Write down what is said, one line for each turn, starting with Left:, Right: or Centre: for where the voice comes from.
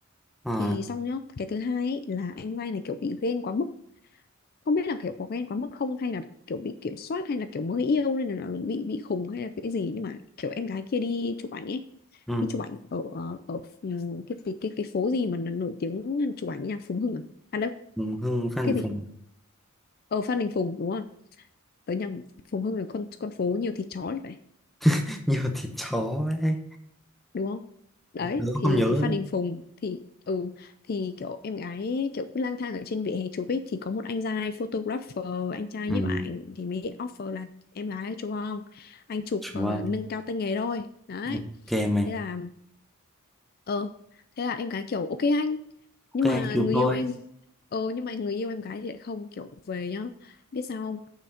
Centre: ờ
Left: thì xong nhá cái thứ hai ấy, là anh Lai này kiểu bị ghen quá mức không biết là kiểu có ghen quá mức không hay là kiểu bị kiểm soát hay là kiểu mới yêu nên là bị bị khùng hay là cái gì nhưng mà kiểu em gái kia đi chụp ảnh ấy
Centre: ừ.
Left: đi chụp ảnh ở ở ở, ừ, cái cái cái, cái phố gì mà nó nổi tiếng chụp ảnh nhà Phùng Hưng à à đâu
Centre: Phùng Hưng Phan
Left: cái
Centre: Đình
Left: gì
Centre: Phùng
Left: ở Phan Đình Phùng đúng không tới nhà Phùng Hưng là con con phố nhiều thịt chó thì phải
Centre: <laughs> nhiều thịt chó ấy
Left: đúng không đấy
Centre: tớ
Left: thì
Centre: không nhớ
Left: Phan Đình Phùng thì ừ thì kiểu em gái kiểu cứ lang thang ở trên vỉa hè chụp ấy thì có một anh trai photographer anh trai
Centre: ừ.
Left: nhiếp ảnh thì mới offer là em gái chụp không anh chụp ờ,
Centre: Vâng.
Left: nâng cao tay nghề thôi đấy
Centre: ok mày
Left: thế là ờ thế là em gái kiểu ok anh
Centre: ok
Left: nhưng mà
Centre: anh chụp
Left: người
Centre: thôi
Left: yêu em ờ nhưng mà người yêu em gái thì lại không kiểu về nhá biết sao không